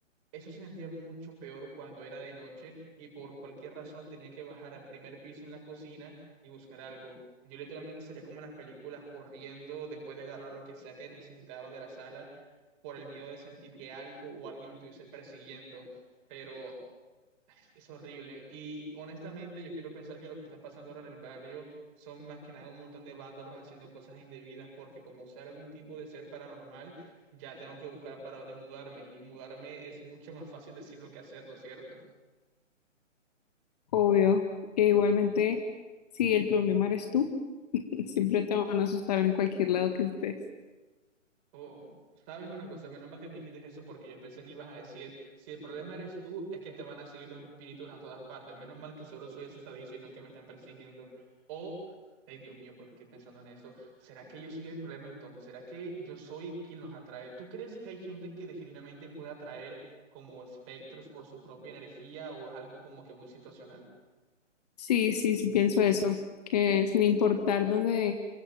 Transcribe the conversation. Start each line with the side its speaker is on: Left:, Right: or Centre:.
Right: eso se sentía mucho peor cuando era de noche y por cualquier razón tenía que bajar al primer piso en la cocina y buscar algo. Yo literalmente salía como en las películas corriendo después de agarrar lo que sea que necesitaba de la sala por el miedo de sentir que algo o alguien me estuviese persiguiendo. Pero es horrible. Y honestamente, yo quiero pensar que lo que está pasando ahora en el barrio son más que nada un montón de vándalos haciendo cosas indebidas, porque como sea algún tipo de ser paranormal, ya tengo que buscar para dónde mudarme. Y mudarme es mucho más fácil decirlo que hacerlo, ¿cierto?
Left: Obvio, e igualmente, si el problema eres tú, <laughs> siempre te van a asustar en cualquier lado que estés.
Right: Oh, sabes una cosa, menos mal que me dijiste eso porque yo pensé que ibas a decir, si el problema eres tú, es que te van a seguir los espíritus a todas partes. Menos mal que solo soy asustadizo y no que me están persiguiendo. O, ay Dios mío, porque estoy pensando en esto. ¿Será que yo soy el problema entonces? ¿Será que yo soy quien los atrae? ¿Tú crees que hay gente que de- genuinamente puede atraer como espectros por su propia energía o es algo como que muy situacional?
Left: Sí, sí, sí, pienso eso, que sin importar dónde